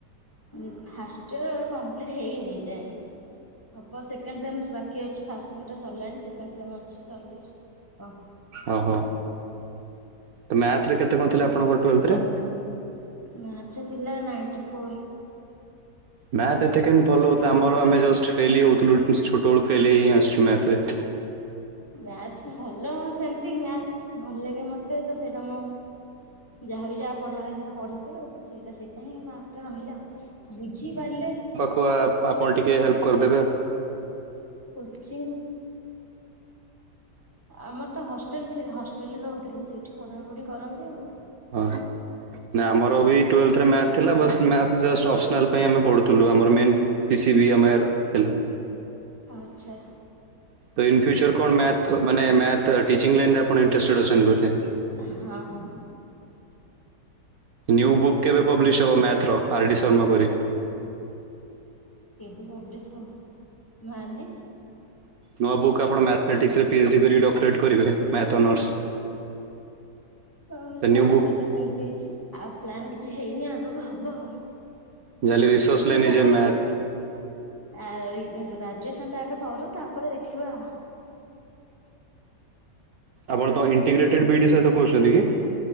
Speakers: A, on the left; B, on the right.
A: ହୁଁ ଫାଷ୍ଟ ଇୟର କମ୍ପ୍ଲିଟ୍ ହେଇନି ଏଯାଏ। ହବ ସେକେଣ୍ଡ ସେମ୍ ବାକି ଅଛି ଫାଷ୍ଟ ସେମ୍ଟା ସରିଲାଣି ସେକେଣ୍ଡ ସେମ୍ ଅଛି ସରିଲ ହବ।
B: ଓହୋ ମ୍ୟାଥରେ କେତେ କଣ ଥିଲା ଆପଣଙ୍କର ଟୁଏଥେରେ?
A: ମାଥରେ ଥିଲା ନାଇଣ୍ଟି ଫୋର୍।
B: ମ୍ୟାଥ ଏତେ କେମତି ଭଲ ହଉଥିଲା ଆମର ଆମେ ଜଷ୍ଟ ଫେଲେ ହେଉଥିଲୁ ଛୋଟ ବେଳୁ ଫେଲେ ହେଇିଁ ଆସଛୁ ମ୍ୟାଥରେ।
A: ମ୍ୟାଥ ଭଲ ହଁ ସେମତି ମ୍ୟାଥ ଭଲ ଲାଗେ ମତେ ତ ସେଇଟା ମୁଁ ଯାହା ବି ଯାହା ପଢା ହୁଏ ସେଇଟା ପଢିଦିଏ ଆଉ ସେଇଟା ସେଇପାଇ ମା ରହିଲା ଆଉ ବୁଝିପାରିଲେ
B: ହୋଉ ଆପଣ ଟିକେ ହେଲ୍ପ କରିଦେବେ।
A: କୋଚିଂ ଆମର ତ ହଷ୍ଟେଲ ହଷ୍ଟେଲ ରହୁଥିଲୁ ସେଇଠି ପଢ଼ାପଢ଼ି କରନ୍ତୀ ଆଉ।
B: ଓହୋ। ନା ଆମର ଏଇ ଟୁଏଲଥରେ ମ୍ୟାଥ ଥିଲା ବାସ ମ୍ୟାଥ ଜଷ୍ଟ୍ ଅପ୍ସନାଲ ପାଇ ଆମେ ପଢୁଥିଲୁ ଆମର ମେନ ପି ସି ବି ଆମେଇର ଥିଲା।
A: ଆଚ୍ଛା।
B: ତ ଇନ୍ ଫ୍ୟୁଚର କଣ ମ୍ୟାଥ ମାନେ ମ୍ୟାଥ ଟିଚିଙ୍ଗ ଲାଇନରେ ଆପଣ ଇନଟେଷ୍ଟ ଅଛନ୍ତି ବୋଧେ।
A: ହଁ ହଁ।
B: ନିୟୁ ବୁକ୍ କେବେ ପବ୍ଲିଶ ହବ ମ୍ୟାଥର ଆର ଡି ଶର୍ମା ପରି।
A: କେବେ ପବ୍ଲିଶ ହବ ମାନେ।
B: ନୂଆ ବୁକ୍ ଆପଣ ମା୍ୟାଥମାେଟ୍ସରେ ପିଏଚ୍ଡ଼ି କରି ଡକ୍ଟରେଟ୍ କରିବେ। Math honours.
A: ହଉ
B: ନ୍ୟୁ
A: ନା
B: ବୁକ୍
A: ସେ ସେମତି ଆଉ ପ୍ଲାନ୍ କିଛି ହେଇନି ଆଗକୁ ହବ ଆଉ।
B: ଯାହେଲେ
A: ଗ୍ରାଜୁଏସନ
B: ରିସର୍ଚ୍ଚ ଲାଇନ
A: ଟା
B: ଯେ
A: ଆଗ
B: ମ୍ୟାଥ୍
A: ଆ ଗ୍ରାଜୁଏସନ ଟା ଆଗ ସରୁ ତାପରେ ଦେଖିବା।
B: ଆପଣ ତ ଇଣ୍ଟିଗ୍ରେଟେଡ ବିଡି ସହିତ କହୁଛନ୍ତି କି?